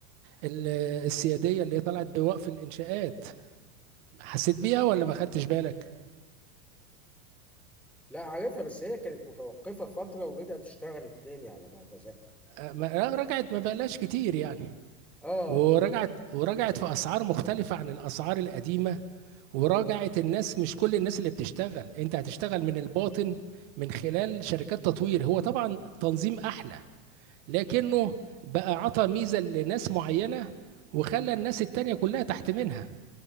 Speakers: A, on the right (about 55°); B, in the centre.
A: ال- السيادية اللي طلعت بوقف الإنشاءات حسيت بيها ولا ما خدتش بالك
B: لا عارفها بس هي كانت متوقفة فترة ورجعت اشتغلت تاني على ما اتذكر
A: آه، ما- رجعت ما بقالهاش كتير يعني
B: اه
A: ورجعت ورجعت في اسعار مختلفه عن الاسعار القديمه وراجعت الناس مش كل الناس اللي بتشتغل انت هتشتغل من الباطن من خلال شركات تطوير هو طبعا تنظيم احلى لكنه بقى عطى ميزه لناس معينه وخلى الناس التانية كلها تحت منها